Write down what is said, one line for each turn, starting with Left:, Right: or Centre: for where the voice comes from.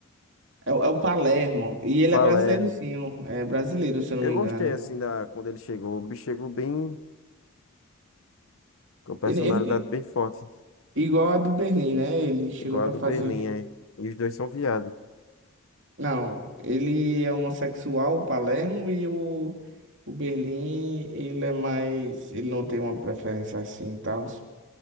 Right: É, o- é o Palermo. E ele
Left: Palermo.
Right: é brasileiro, sim. ó. É brasileiro, se eu
Left: Eu
Right: não me
Left: gostei,
Right: engano.
Left: assim, da... quando ele chegou. O bicho chegou bem... com personalidade
Right: Ele, ele tem-
Left: bem forte.
Right: igual a do Berlim, né? Ele chegou
Left: Igual
Right: pra
Left: a do
Right: fazer.
Left: Berlim, é. E os dois são viados.
Right: Não, ele é homossexual, o Palermo, e o, o Berlim, ele é mais. Ele não tem uma preferência assim e tal.